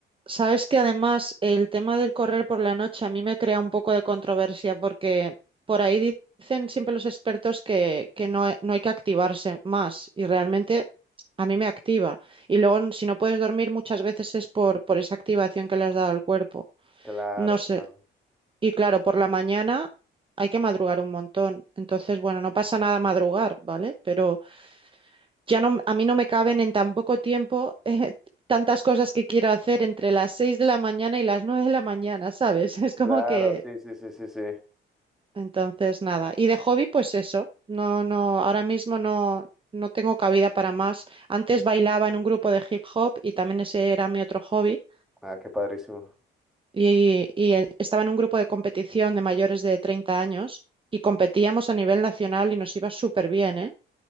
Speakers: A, on the right; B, in the centre.
A: Sabes que además el tema del correr por la noche a mí me crea un poco de controversia porque por ahí di- dicen siempre los expertos que, que no, he- no hay que activarse más y realmente a mí me activa. Y luego n- si no puedes dormir muchas veces es por, por esa activación que le has dado al cuerpo.
B: Claro,
A: No sé.
B: claro.
A: Y claro, por la mañana hay que madrugar un montón. Entonces, bueno, no pasa nada madrugar, ¿vale? Pero... ya no, a mí no me caben en tan poco tiempo eh, tantas cosas que quiero hacer entre las 6 de la mañana y las 9 de la mañana, ¿sabes? <laughs> Es como
B: Claro,
A: que,
B: sí, sí, sí, sí, sí.
A: entonces, nada. Y de hobby, pues eso, no, no, ahora mismo no, no tengo cabida para más. Antes bailaba en un grupo de hip hop y también ese era mi otro hobby.
B: Ah, qué padrísimo.
A: Y, y eh, estaba en un grupo de competición de mayores de 30 años y competíamos a nivel nacional y nos iba súper bien, ¿eh?